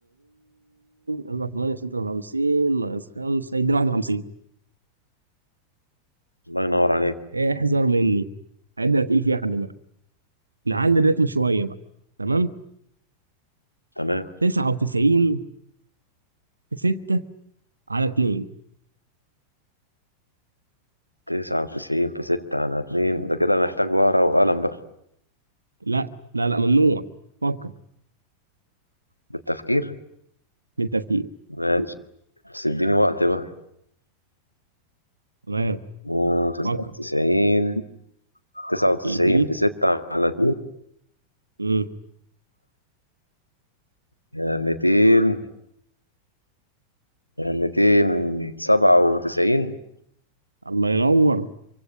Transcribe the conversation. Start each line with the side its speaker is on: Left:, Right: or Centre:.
Right: أربعة في تمانية ستة وخمسين ناقص خمسة يدينا واحد وخمسين
Left: الله ينور عليك
Right: احذر مني الحاجات دي أنا تقيل فيها خلي بالك نعلي الريتم شوية بقى تمام
Left: تمام
Right: تسعة وتسعين في ستة على اتنين
Left: تسعة وتسعين في ستة على اتنين ده كده محتاج ورقة وقلم بقى
Right: لا لا لا ممنوع فكر
Left: بالتفكير
Right: بالتفكير
Left: ماشي بس اديني وقت بقى
Right: تمام
Left: مم، تسعة
Right: فكر
Left: وتسعين تسعة وتسعين
Right: ايه
Left: في ستة على اتنين
Right: ايه
Left: يعني ميتين ميتين سبعة وتسعين
Right: الله ينور